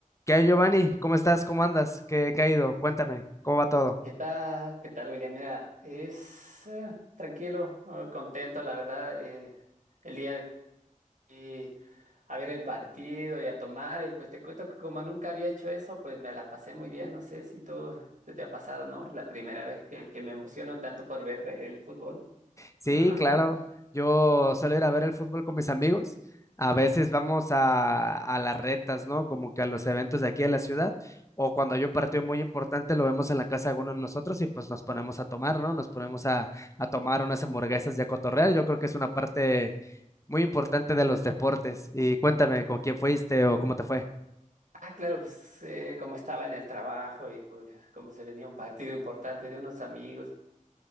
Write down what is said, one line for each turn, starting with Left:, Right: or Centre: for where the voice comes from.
Left: ¿Qué hay, Giovanni? ¿Cómo estás? ¿Cómo andas? ¿Qué, qué ha ido? Cuéntame, ¿cómo va todo?
Right: ¿Qué tal? ¿Qué tal, William? Mira, es eh, tranquilo, eh, contento, la verdad, eh, el día de hoy a ver el partido y a tomar, y pues te cuento que como nunca había hecho eso, pues me la pasé muy bien, no sé si tú, tú te ha pasado, ¿no? Es la primera vez que, que me emociono tanto por ver el fútbol.
Left: Sí,
Right: <laughs>
Left: claro. Yo suelo ir a ver el fútbol con mis amigos. A veces vamos a, a las retas, ¿no? Como que a los eventos de aquí de la ciudad. O cuando hay un partido muy importante, lo vemos en la casa de alguno de nosotros y pues nos ponemos a tomar, ¿no? Nos ponemos a, a tomar unas hamburguesas y a cotorrear. Yo creo que es una parte muy importante de los deportes. Y cuéntame, ¿con quién fuiste o cómo te fue?
Right: Ah, claro, pues eh, como estaba en el trabajo y pues como se venía un partido importante de unos amigos,